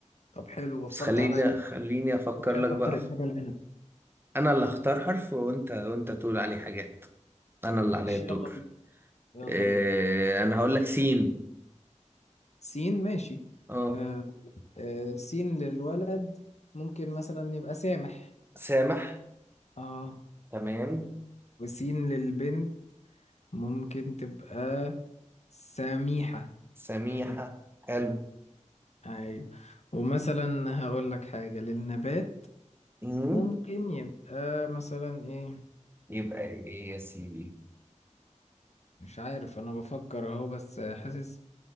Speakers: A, on the left (about 60°); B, on the right (about 15°).
A: طب حلو وفرت
B: بس خليني
A: عليا
B: خليني افكر
A: كنتش
B: لك
A: عارف اختار
B: بقى
A: ايه بدل العنب
B: انا اللي اختار حرف وانت وانت تقول عليه حاجات انا اللي
A: ماشي
B: عليا الدور
A: يلا بينا يلا
B: إيه
A: بينا
B: انا هقول لك سين
A: سين ماشي
B: اه
A: آه آه سين للولد ممكن مثلا يبقى سامح
B: سامح
A: اه
B: تمام
A: وسين للبنت ممكن تبقى سميحة
B: سميحة
A: <laughs>
B: حلو
A: ايوه ومثلا هقول لك حاجة للنبات
B: مم.
A: ممكن يبقى مثلا ايه
B: يبقى ايه يا سيدي
A: مش عارف انا بفكر اهو بس حاسس